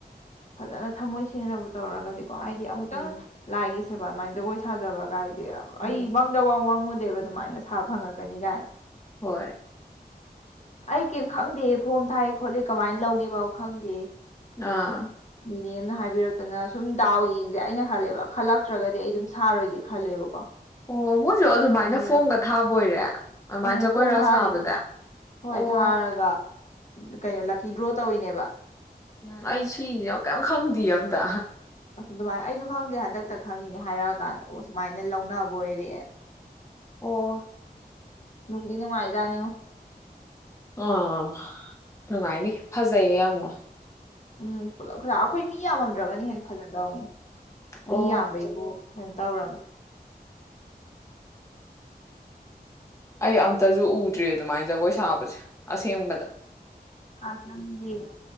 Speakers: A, on the left (about 45°); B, on the left (about 20°).
A: ꯐꯖꯅ ꯊꯝꯃꯣꯏ ꯁꯦꯡꯅꯕ ꯇꯧꯔꯒꯗꯤ ꯀꯣ ꯑꯩꯗꯤ ꯑꯃꯨꯛꯇꯪ
B: ꯎꯝ
A: ꯂꯥꯏꯒꯤꯁ ꯁꯦꯕꯥ ꯃꯥꯏꯅ ꯖꯒꯣꯏ ꯁꯥꯖꯕꯒꯥꯏ
B: ꯎꯝ
A: ꯑꯩ ꯃꯥꯡꯗ ꯕꯥꯎ ꯃꯥꯡꯉꯨꯗ ꯗꯦꯕ ꯗꯨꯃꯥꯏꯅ ꯁꯥ ꯐꯪꯉꯛꯀꯅꯤ ꯀꯥꯏꯅ
B: ꯍꯣꯏ
A: ꯑꯩ ꯀꯩꯝ ꯈꯪꯗꯦ ꯐꯣꯝ ꯊꯥꯏ ꯈꯣꯠꯂꯤ ꯀꯃꯥꯏꯅ ꯂꯧꯒꯦꯕꯧ ꯈꯪꯗꯦ
B: ꯑꯥ
A: ꯅꯤꯅꯦ ꯑꯝꯅꯥ ꯍꯥꯏꯕꯤꯔꯛꯇꯅ ꯁꯨꯝ ꯗꯥꯎ ꯌꯦꯡꯖꯦ ꯑꯩꯅ ꯈꯜꯂꯦꯕ ꯈꯜꯂꯛꯇ꯭ꯔꯒꯗꯤ ꯑꯩ ꯑꯗꯨꯝ ꯁꯥꯔꯣꯏꯒꯦ ꯈꯜꯂꯦꯕꯀꯣ
B: ꯑꯣ ꯃꯣꯏꯁꯨ ꯑꯗꯨꯃꯥꯏꯅ
A: ꯑꯗꯨꯒ
B: ꯐꯣꯝꯒ ꯊꯥꯕꯣꯏꯔꯦ ꯑꯗꯨꯃꯥꯏꯅ
A: ꯎꯝ
B: ꯖꯒꯣꯏꯒ
A: ꯐꯣꯝ ꯊꯥꯔꯤꯅꯤ
B: ꯁꯥꯕꯖꯦ ꯑꯣ
A: ꯍꯣꯏ ꯊꯥꯔꯒ ꯀꯩꯅꯣ ꯂꯛꯀꯤ ꯗ꯭ꯔꯣ ꯇꯧꯋꯅꯦꯕ
B: ꯎꯝ ꯑꯩ ꯁꯤꯁꯦ ꯀꯩꯝ ꯈꯪꯗꯤꯌꯦ ꯑꯝꯇ
A: ꯑꯁ ꯑꯗꯨꯃꯥꯏꯅ ꯑꯩꯁꯨ ꯈꯪꯗꯦ ꯍꯟꯗꯛꯇꯛ ꯈꯪꯉꯤꯅꯦ ꯍꯥꯏꯔꯛꯑꯀꯥꯟꯗ ꯑꯣ ꯁꯨꯃꯥꯏꯅ ꯂꯧꯅꯕꯣꯏꯔꯦꯅ
B: ꯑꯣ
A: ꯅꯨꯡ ꯗꯤ ꯅꯨꯡꯉꯥꯏꯖꯅꯤꯉꯣ
B: ꯑꯥ ꯅꯨꯡꯉꯥꯏꯅꯤ ꯐꯖꯩꯌꯦ ꯌꯥꯝꯅ
A: ꯎꯝ ꯄꯨꯂꯞ ꯑꯈꯣꯏ ꯃꯤ ꯌꯥꯝꯃꯝꯗ꯭ꯔꯒꯅ ꯍꯦꯟꯅ ꯐꯖꯗꯧꯅꯤ ꯃꯤ
B: ꯑꯣ
A: ꯌꯥꯝꯕꯩꯕꯨ ꯇꯧꯔꯕ
B: ꯑꯩ ꯑꯝꯇꯖꯨ ꯎꯗ꯭ꯔꯤ ꯑꯗꯨꯃꯥꯏ ꯖꯒꯣꯏ ꯁꯥꯕꯖꯦ ꯑꯁꯦꯡꯕꯗ
A: ꯑꯁ ꯅꯪ ꯌꯦꯡꯉ